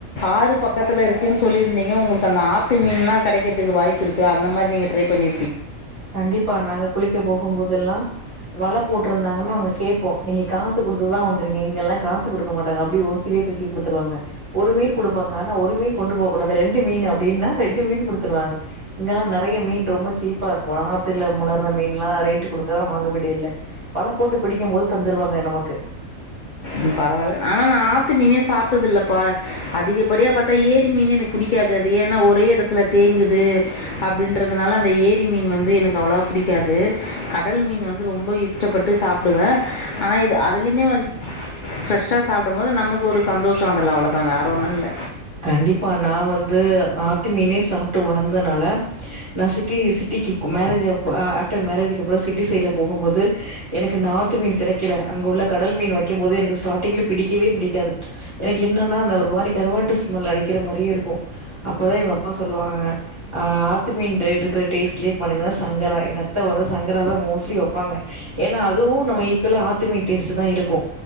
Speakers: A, on the left; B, on the right.
A: ஆறு பக்கத்துல இருக்குன்னு சொல்லிருந்திங்க உங்களுக்கு அந்த ஆத்து மீன்லா கெடைக்கிறதுக்கு வாய்ப்பிருக்கு அந்த மாரி நீங்க ட்ரை பண்ணி
B: கண்டிப்பா நாங்க குளிக்க போகும்போ தெல்லா வல போட்ருந்தாங்கன்னா அங்க கே ப்போ நீங்க காசு குடுத்துதா வாங்குறிங்க இங்கெல்லா காசு குடுக்க மாட்டாங்க அப்டி ஓசிலியே தூக்கி குடுத்துருவாங்க ஒரு மீன் குடுப்பாங்க ஆனா ஒரு மீன் கொண்டு போகக்கூடாது ரெண்டு மீனு அப்டின்னா ரெண்டு மீன் குடுத்துருவாங்க இங்கெல்லா நெறைய மீன் ரொம்ப சீப்பா இருக் ஆத்துல முலர்ற மீன்ல்லா ரேட் குடுத்தல்லா வாங்கவேண்டியது இல்ல வல போட்டு பிடிக்கும் போது தந்துருவாங்க நமக்கு
A: ம் பரவால்ல ஆனா நா ஆத்து மீனே சாப்ட்டதில்லப்பா அதிகப்படியா பாத்தா ஏரி மீனு எனக் புடிக்காது அது ஏன்னா ஒரே எடத்துல தேங்குது அப்டின்றதுனால அந்த ஏரி மீன் வந்து எனக்கு அவ்ளவா புடிக்காது கடல் மீன் வந்து ரொம்போ இஷ்டப்பட்டு சாப்டுவ ஆனா இது அதுலய்மே வந் ஃப்ரெஷ்ஷா சாப்டம்போது நமக்கு ஒரு சந்தோஷொ அதுல அவ்வளதா வேற ஒன்னு இல்ல
B: கண்டிப்பா நா வந்து ஆத்து மீனே சாப்ட்டு வளந்தனால நா சிட்டி சிட்டிக்கி மேரேஜு அப் ஆஃப்டர் மேரேஜிக்கி அப்றொ சிட்டி சைட்ல போகும் போது எனக்கு இந்த ஆத்து மீன் கெடைக்கல அங்க உள்ள கடல் மீன் வைக்கம் போது எனக்கு ஸ்டாடிங்ல பிடிக்கவே பிடிக்காது எனக்கு என்னன்னா அந்த ஒரு மாரி கருவாட்டு ஸ் ஸ்மல் அடிக்கிற மாரியே இருக்கு அப்பதா இவ்ங்க அப்பா சொல்லுவாங்கங்க ஆ ஆத்து மீன்ட இருக்குற டேஸ்ட்லே பாருங்களே சங்கரா எங்க அத்த வந்து சங்கராதா மோஸ்ட்லி வெப்பாங்க ஏன்னா அதுவு நம்ம ஈக்கொலா ஆத்து மீன் டேஸ்ட்டு தா இருக்கு